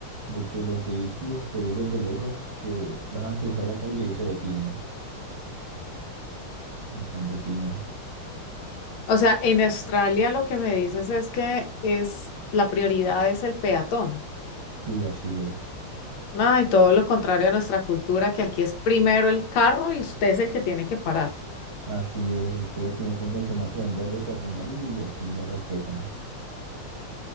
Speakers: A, on the right (about 45°); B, on the left (about 75°).
A: de que los vehículos te ven desde lejos, que vas a cruzar la calle y ellos se detienen. En cambio, aquí no.
B: O sea, en Australia lo que me dices es que es la prioridad es el peatón.
A: Sí, así es.
B: Ay, todo lo contrario a nuestra cultura, que aquí es primero el carro y usted es el que tiene que parar.
A: Así es. Y puede que uno tenga el semáforo en verde peatonal y aquí no respetan.